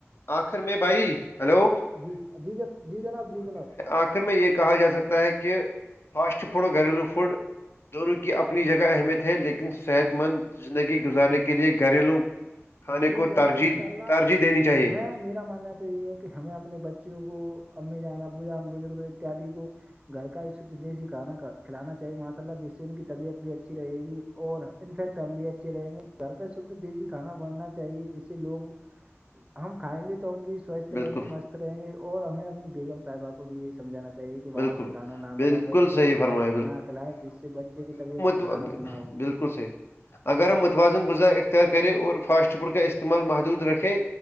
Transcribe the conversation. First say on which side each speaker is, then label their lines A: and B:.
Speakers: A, on the left (about 55°); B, on the right (about 20°).
A: آخر میں بھائی ہیلو
B: جی جی جی جناب جی جناب
A: آخر میں یہ کہا جا سکتا ہے کہ فاسٹ فوڈ اور گھریلو فوڈ دونوں کی اپنی جگہ اہمیت ہے لیکن صحت مند زندگی گزارنے کے لیے گھریلو کھانے
B: جی
A: کو
B: جناب
A: ترجیح
B: انشاء اللہ
A: ترجیح دینی چاہیے
B: ہمیں میرا ماننا تو یہ ہے کہ ہمیں اپنے بچوں کو امی جان بجان بزرگ اتیاد کو گھر کا دیسی کھانا کا کھلانا چاہے ماشا اللہ جس سے ان کی طبیعت بھی اچھی رہے گی اور انفیکٹ ہم بھی اچھے رہیں گے گھر پہ شدھ دیسی کھانا بننا چاہیے جس سے لوگ ہم کھائیں گے تو ہم بھی سوستھ
A: بالکل
B: رہیں گے مست رہیں گے اور ہمیں اپنی بیگم صاحبہ کو بھی سمجھانا چاہیے صحیح کہ باہر
A: بالکل
B: سے کھانا نہ منگائے
A: بالکل
B: بچوں
A: صحیح
B: کو
A: فرمایا
B: نہ کھلائے جس سے بچوں کی طبیعت
A: تو
B: خراب نہ ہو
A: بالکل صحیح اگر ہم متوازن غذا اختیار کریں اور فاسٹ فوڈ کا استعمال محدود رکھیں